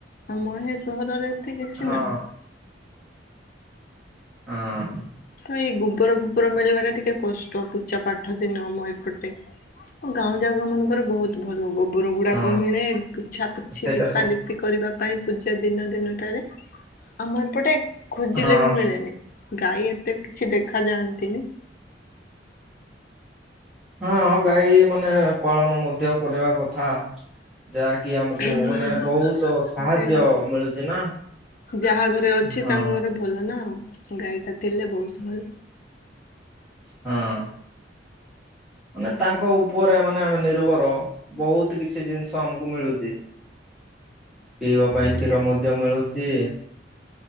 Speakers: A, on the left; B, in the centre.
A: ଆମ ଏ ସହରରେ ଏତେ କିଛି
B: ହଁ
A: ନାହିଁ।
B: ହଁ।
A: ତ ଏଇ ଗୋବର ଫୋବର ମିଳିବାଟା ଟିକେ କଷ୍ଟ ପୂଜା ପାଠ ଦିନ ଆମ ଏପଟେ। ଗାଁ ଜାକ ମାନଙ୍କରେ ବହୁତ ଭଲଗୋବର ଗୁଡାକ
B: ହଁ
A: ମିଳେ ପୁଛାପୁଛି,
B: ସେଇଟା
A: ଲିପାଲି
B: ସବୁ
A: ପି କରିବା ପାଇଁ ପୂଜା ଦିନ ଦିନଟାରେ ଆମ ଏପଟେ ଖୋଜିଲେ
B: ହଁ
A: ବି ମିଳେନି। ଗାଈ ଏତେ କିଛି ଦେଖା ଯାଆନ୍ତିନି।
B: ହଁ ଗାଈ ମାନେ ପାଳନ ମଧ୍ୟ କରିବା କଥା। ଯାହାକି ଆମକୁ
A: ହୁଁ
B: ମାନେ ବହୁତ ସାହାଯ୍ୟ
A: ସେଇଟା ତ।
B: ମିଳୁଚି ନା।
A: ଯାହା ଘରେ ଅଛି
B: ହଁ।
A: ତାଙ୍କ ଘରେ ଭଲ ନା ଆଉ ଗାଈଟା ଥିଲେ ବହୁତ ଭଲ।
B: ହଁ। ମାନେ ତାଙ୍କ ଉପରେ ମାନେ ଆମେ ନିର୍ଭର ବହୁତ କିଛି ଜିନିଷ ଆମକୁ ମିଳୁଛି। ପିଇବା ପାଇଁ
A: ଆଜ୍ଞା
B: କ୍ଷୀର ମଧ୍ୟ ମିଳୁଛି।